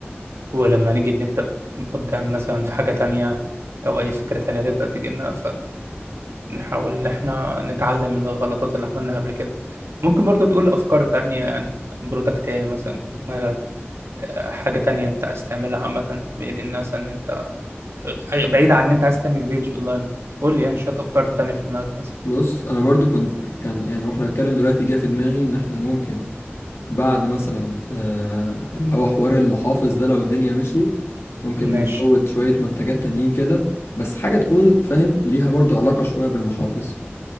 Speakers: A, on the right; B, on the left.
A: ولما نيجي نبدا قدام مثلا في حاجه تانية او اي فكره تانية تبدا تجي لنا فنحاول ان احنا نتعلم من الغلطات اللي عملناها قبل كده ممكن برضو تقول افكار تانية يعني برودكت يعني مثلا في دماغك آه، حاجه تانية انت عايز تعملها عامه بعيد الناس ان انت آه، بعيد عن ان انت عايز تعمل بيج اونلاين قول لي يعني شويه افكار تانية في دماغك مثلا
B: بص انا برضو كنت كان يعني واحنا بنتكلم دلوقتي جه في دماغي ان احنا ممكن بعد مثلا آه اللي هو حوار المحافظ ده لو الدنيا مشيت ممكن
A: ماشي
B: نزود شوية منتجات تانيين كده بس حاجة تكون فاهم ليها برضو علاقة شوية بالمحافظ